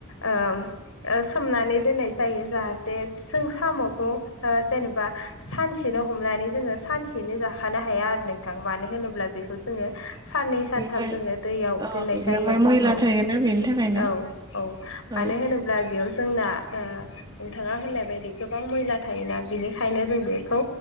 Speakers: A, on the left (about 80°); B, on the right (about 20°).
A: ओम ओ सोमनानै दोननाय जायो जाहाथे जों साम'खौ जेनेबा सानसेनो हमनानै जोङो सानसेनो जाखानो हाया आरो नोंथां मानो होनोब्ला बेखौ जोङो साननै सानथाम
B: बेवहाय
A: जोङो दैयाव
B: औ
A: दोननाय
B: बेवहाय
A: जायो आरो
B: मैला
A: औ
B: थायोना बेनि थाखायनो
A: औ औ मानो
B: औ
A: होनो ब्ला बेयाव जोंना ओ नोंथाङा होननाय बायदि गोबां मैला थायोना बिनिखायनो जों बेखौ